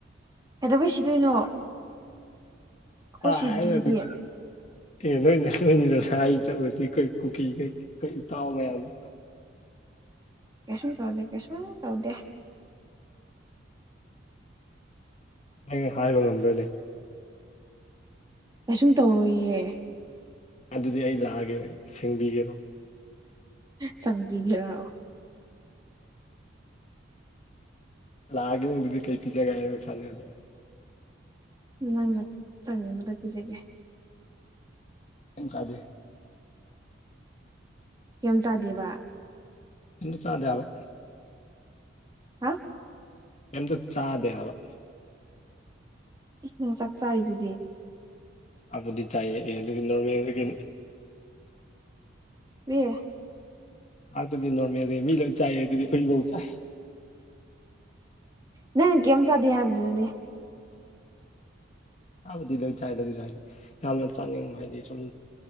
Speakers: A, on the right (about 20°); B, on the left (about 35°).
A: ꯀꯩꯗꯧꯕꯩ ꯁꯤꯗꯣꯏꯅꯣ ꯑꯩꯈꯣꯏ
B: ꯇ
A: ꯁꯤꯗ꯭ꯔꯤꯁꯤꯗꯤ
B: ꯍꯥꯏ ꯑꯗꯨ ꯑꯗꯨ ꯑꯦ ꯅꯣꯏꯅꯦ ꯅꯣꯏꯅꯤꯗ ꯁ ꯑꯩ ꯆꯠꯂꯗꯤ ꯑꯩꯈꯣꯏ ꯀꯨꯀꯤꯈꯩ ꯑꯩꯈꯣꯏ ꯏꯇꯥꯎ ꯃꯌꯥꯝꯅ
A: ꯀꯩꯁꯁꯨ ꯆꯧꯗꯤꯦ ꯀꯦꯁꯨꯨꯝ ꯇꯧꯗꯦ
B: ꯅ ꯍꯥꯏꯕ ꯉꯝꯕꯣꯏ ꯂꯩ
A: ꯀꯩꯁꯨꯝ ꯇꯧꯔꯨꯌꯦ
B: ꯑꯗꯨꯗꯤ ꯑꯩ ꯂꯥꯛꯑꯒꯦ ꯁꯦꯡꯕꯤꯒꯦꯔꯣ
A: ꯆꯪꯕꯤꯈꯦꯔꯥꯛꯑꯣ
B: ꯂꯥꯛꯑꯦ ꯑꯗꯨꯗꯤ ꯀꯩ ꯄꯤꯖꯥꯒꯅ ꯆꯥꯟꯣ
A: ꯅꯪꯅ ꯆꯥꯅꯤꯡꯕꯗ ꯄꯤꯖꯒꯦ
B: ꯌꯥꯝ ꯆꯗꯦ
A: ꯀ ꯆꯥꯗꯦꯕ
B: ꯍ ꯆꯥꯗ ꯌꯥꯕ
A: ꯍꯥ
B: ꯀꯇ ꯆꯥꯗꯦ ꯍꯥꯏꯕ
A: ꯏ ꯅꯪ ꯆꯥꯛ ꯆꯥꯔꯤꯗꯨꯗꯤ
B: ꯑꯗꯤ ꯆꯥꯏꯌꯦ ꯍꯦꯅꯤꯅꯃꯤ ꯀ
A: ꯌꯦ
B: ꯑꯔ ꯑꯗꯨꯗꯤ ꯅꯣꯔꯔꯃꯦꯜꯦ ꯃꯤ ꯂꯩ ꯆꯥꯏꯌꯦ ꯑꯗꯨꯗꯤ ꯐꯣꯏꯕꯧ ꯆ
A: ꯅꯪꯅ ꯀꯔꯤꯝ ꯆꯥꯗꯦ ꯍꯥꯏꯕꯗꯨꯅꯦ
B: ꯆꯥꯕꯗꯤ ꯂꯣꯏꯖꯥꯏ ꯂꯥꯏꯦ ꯌꯥꯝꯅ ꯆꯥꯅꯤꯡ ꯍꯥꯏꯗꯤ ꯁꯨꯝ